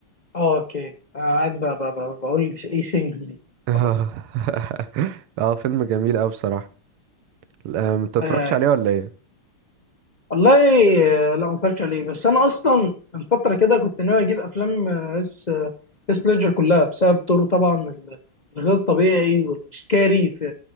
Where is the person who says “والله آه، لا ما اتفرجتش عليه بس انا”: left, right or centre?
Left